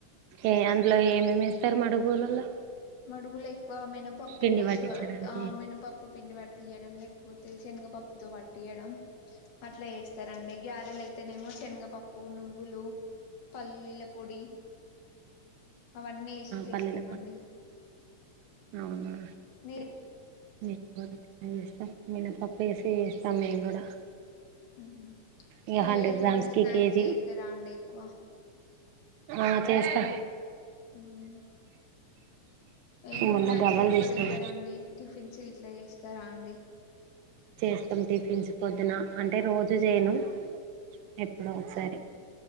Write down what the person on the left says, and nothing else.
మడుగులై కో మన పప్పు
పోషు
ఆ మను పప్పు పిండి తీయడం లేకపోతే శనగ పప్పుతో పట్టియడం అట్లా చేస్తారండి గ్యారెలు అయితే అనేమో శనగపప్పు నువ్వులు పల్లీల పొడి అవన్నీ వేసి చేస్తామండి
మీరు
ఉహుమ్
పిల్లలకి
ఏమన్నా స్నాక్స్
చేస్తారా అండి ఎక్కువా
ఉమ్ ఏం
స్నాక్స్
ఎక్కువ
తింటారుండి టిఫిన్స్ ఇట్లా చేస్త స్తరా అండి